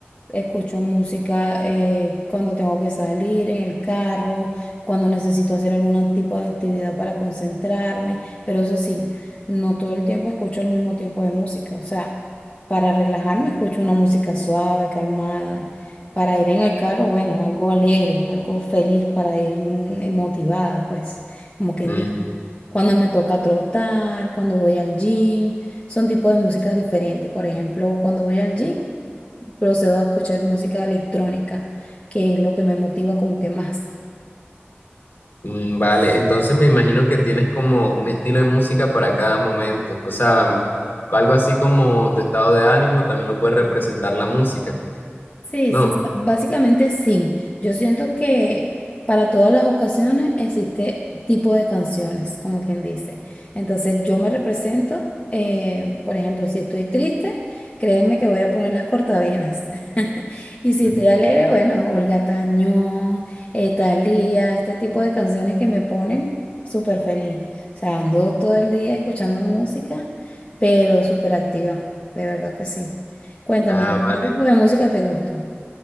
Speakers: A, on the left (about 30°); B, on the left (about 55°).
A: Escucho música eh, cuando tengo que salir en el carro, cuando necesito hacer algún tipo de actividad para concentrarme, pero eso sí, no todo el tiempo escucho el mismo tipo de música. O sea, para relajarme escucho una música suave, calmada. Para ir en el carro, bueno, algo alegre, algo feliz para ir mm, motivada, pues, como quien
B: Mm.
A: dice. Cuando me toca trotar, cuando voy al gym. Son tipos de músicas diferentes. Por ejemplo, cuando voy al gym, procedo a escuchar música electrónica, que es lo que me motiva como que más.
B: Mm, Vale, entonces me imagino que tienes como un estilo de música para cada momento, o sea, algo así como tu estado de ánimo también lo puede representar la música,
A: Sí,
B: ¿no?
A: sí, básicamente sí. Yo siento que para todas las ocasiones existe tipo de canciones, como quien dice. Entonces yo me represento, eh, por ejemplo, si estoy triste, créeme que voy a poner las cortavenas. Y si
B: Ujú.
A: estoy alegre, bueno, Olga Tañón, eh, Thalía, este tipo de canciones que me ponen súper feliz. O sea, ando todo el día escuchando música, pero súper activa, de verdad que sí. Cuéntame,
B: Ah, vale.
A: ¿qué tipo de música te gustan?